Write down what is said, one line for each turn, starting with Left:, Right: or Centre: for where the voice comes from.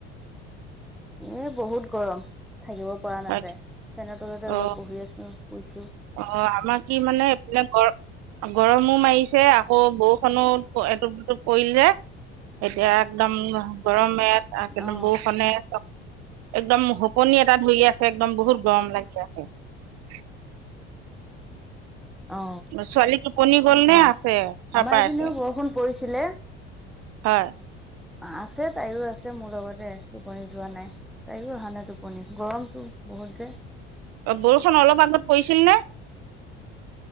Centre: এ বহুত গৰম থাকিব পৰা
Right: হয়
Centre: নাযায় ফ্ৰেনৰ তলতে অলপ
Right: অ
Centre: বহি আছোঁ শুইছোঁ
Right: অ আমাৰ কি মানে এইফিনে গৰ গৰমো মাৰিছে আকৌ বহুত । খনো এটোপ দুটুপ পৰিল যে এতিয়া একদম গৰমে ত একদম
Centre: অ
Right: বৰষুণে একদম হুপনি এটা ধৰি আছে একদম বহুত গৰম লাগি আছে ।
Centre: অ
Right: ছোৱালী টোপনি গল
Centre: হয়
Right: নে আছে চাৰ
Centre: আমাৰ
Right: পাই
Centre: এইপিনেও
Right: আছে
Centre: বৰষুণ পৰিছিলে
Right: হয় ।
Centre: আছে তাইও আছে মোৰ লগতে টোপনি যোৱা নাই । তাইও অহা নাই টোপনি গৰম তো । বহুত যে ।
Right: বৰষুণ অলপ আগত পৰিছিল নে?